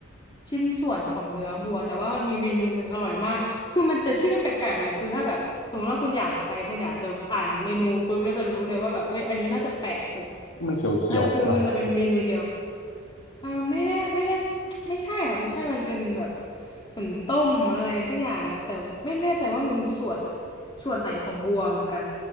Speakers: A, on the left (about 25°); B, on the left (about 85°).
A: ชิ้นส่วนของเนื้อบัวแต่ว่ามันมีเมนูหนึ่งอร่อยมากคือมันจะชื่อแปลกๆหน่อยคือถ้าแบบสมมติว่าคุณอย่างไปคุณอย่างจะอ่านเมนูปุ๊บแล้วจะรู้เลยว่าแบบเว้ยอันนี้น่าจะแปลกสุด
B: ที่มันเขียวๆแบบ
A: เออคือมันจะเป็นเมนูเดียวอ่าไม่ได้ไม่ได้ไม่ใช่ค่ะไม่ใช่มันเป็นแบบเหมือนต้มอะไรสักอย่างนะแต่ไม่แน่ใจว่ามันส่วนส่วนไหนของวัวเหมือนกัน